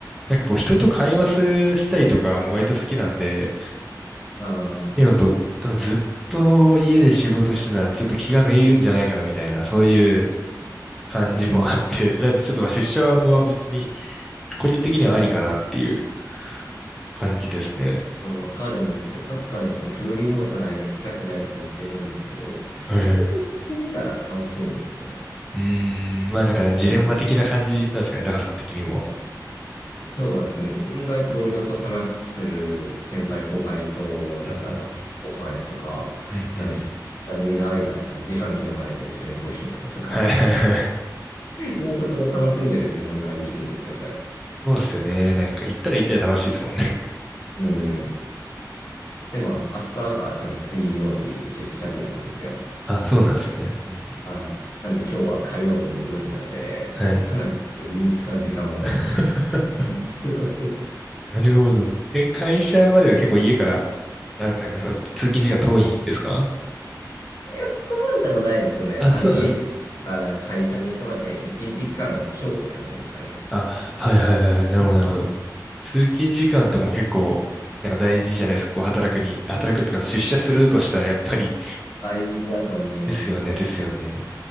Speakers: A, in the centre; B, on the left.
A: なんかこう、人と会話する、したりとかも割と好きなんで、っ
B: ああ。
A: ていうのと、多分ずっと家で仕事してたら、ちょっと気がめいるんじゃないかな、みたいな、そういう、感じもあって、
B: うん。
A: なんでちょっとまあ出社は別に個人的にはありかなっていう感じですね。
B: わかるんですよ。確かにフルリモートが行きたくないとか言ってるんですけど、
A: はいはい。
B: 意外と行ってみたら楽しいんですよね。
A: うーん、まあなんかねジレンマ的な感じなんですかね、
B: うん。
A: タカさん的にも。
B: はい。そうですね。意同僚と話する先輩後輩と、なんか、
A: うん
B: ご飯行くとか、
A: うんうん。うんうんうん。
B: なんでしょう。何気ない雑談、自販機の前で一緒にコーヒー飲むとか、
A: はいはいはい。
B: <laughs> 意外とそれを楽しんでる自分がいるんですよね。
A: そうですよね。なんか行ったら行ったら楽しいですもんね。
B: うん。で、まあ、明日がちょうど水曜日、出社日なんですよ。
A: あ、そうなんですね。うんう
B: はい。なんで今日は火曜日の夜なので、
A: んはい。
B: かなり憂鬱な時間を
A: <laughs>
B: <laughs> 過ごしてる。
A: なるほど。え、会社までは結構家から、な、なんかそう、通勤時間遠いんですか
B: いや、そこまででもないですね。
A: あ、
B: あの、
A: そうなんですね。
B: 家から会社に行くまで1時間強って感じですかね。
A: あ、はいはいはいはい。なるほどなるほど。通勤時間とかも結構、なんか大事じゃないですか。こう働くに、働くっていうか出社するとしたらやっぱり、
B: 大事だと思いますね。
A: ですよね、ですよね。